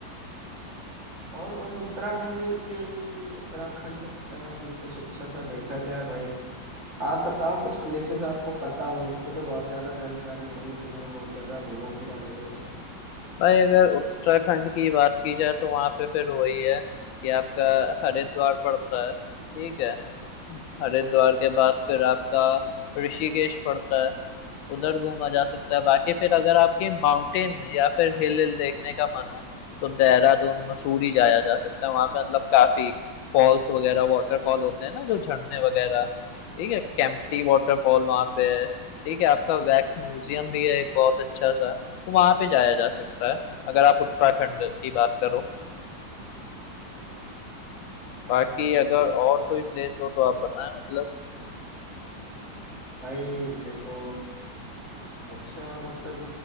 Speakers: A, on the right; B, on the left.
A: और भाई उत्तराखंड के ही उत्तराखंड की तरफ भी कुछ अच्छा सा देखा जाए भाई आप बताओ कुछ प्लेसेस आपको पता हो मुझको तो बहुत ज्यादा जानकारी है नहीं क्योंकि मैं बहुत ज्यादा घूमा फिरा नहीं हुआ
B: भाई अगर उत्तराखंड की बात की जाए तो वहां पे फिर वही है कि आपका हरिद्वार पड़ता है ठीक है हरिद्वार के बाद फिर आपका ऋषिकेश पड़ता है उधर घूमा जा सकता है बाकी फिर अगर आपकी माउंटेन या फिर हिल हिल देखने का मन हो तो देहरादून मसूरी जाया जा सकता है वहां पे मतलब काफी फॉल्स वगैरह वाटरफॉल होते हैं ना जो झरने वगैरह ठीक है केम्प्टी वाटरफॉल वहां पे है ठीक है आपका वैक्स म्यूजियम भी है एक बहुत अच्छा सा तो वहां पे जाया जा सकता है अगर आप उत्तराखंड की बात करो बाकी
A: हाँ भाई
B: अगर और कोई प्लेस हो तो आप बताएं मतलब
A: भाई देखो अच्छा मतलब